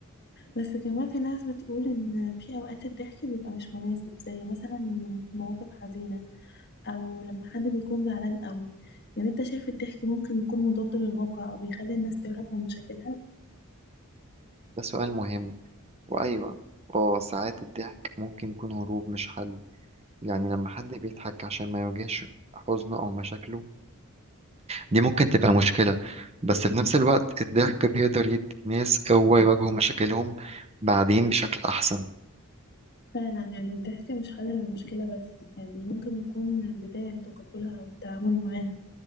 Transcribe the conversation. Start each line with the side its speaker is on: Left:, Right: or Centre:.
Left: بس كمان في ناس بتقول إن في أوقات الضحك بيبقى مش مناسب زي مثلا في مواقف حزينة أو لما حد بيكون زعلان قوي يعني أنت شايف الضحك ممكن يكون مضاد للواقع أو بيخلي الناس تهرب من مشاكلها
Right: ده سؤال مهم وأيوة اه ساعات الضحك ممكن يكون هروب مش حل يعني لما حد بيضحك عشان ما يواجهش حزنه أو مشاكله دي ممكن تبقى مشكلة بس في نفس الوقت الضحك بيقدر يدي الناس قوة يواجهوا مشاكلهم بعدين بشكل أحسن
Left: فعلا يعني الضحك مش حل للمشكلة بس يعني ممكن يكون بداية لتقبلها والتعامل معاها